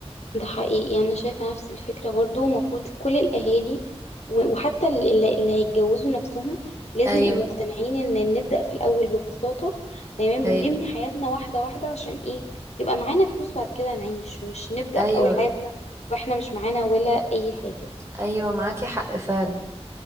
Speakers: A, on the left; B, on the right.
A: ده حقيقي يعني أنا شايفة نفس الفكرة برضو المفروض كل الأهالي و- وحتى ال- ال- اللي هيتجوزوا نفسهم لازم
B: ايوه
A: يبقوا مقتنعين إن نبدأ في الأول ببساطة تمام
B: ايوه
A: ونبني حياتنا واحدة واحدة عشان إيه يبقى معانا فلوس بعد كده نعيش مش نبدأ
B: ايوه
A: أول حياتنا وإحنا مش معانا ولا أي حاجة
B: ايوه معاكي حق فعلا